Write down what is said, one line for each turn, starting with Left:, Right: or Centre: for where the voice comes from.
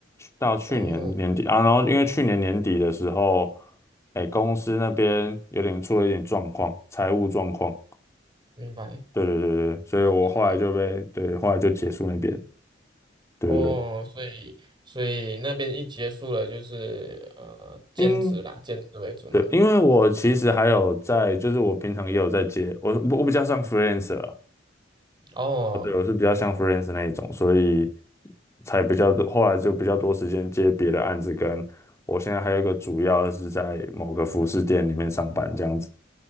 Left: 到去年年底啊，
Right: 哦，
Left: 然后因为去年年底的时候，诶，公司那边有点出了一点状况，财务状况，
Right: 明白，
Left: 对对对对，所以我后来就被对，
Right: 了解
Left: 后来就结束那边，对对对。
Right: 哦，所以所以那边一结束了，就是呃兼职啦，
Left: 因
Right: 兼职为主嘛。
Left: 对，因为我其实还有在，就是我平常也有在接，我我比较像 freelancer 啊，
Right: 哦
Left: 哦，对，我是比较像 freelancer 那一种，所以才比较多，后来就比较多时间接别的案子，跟我现在还有一个主要的是在某个服饰店里面上班这样子。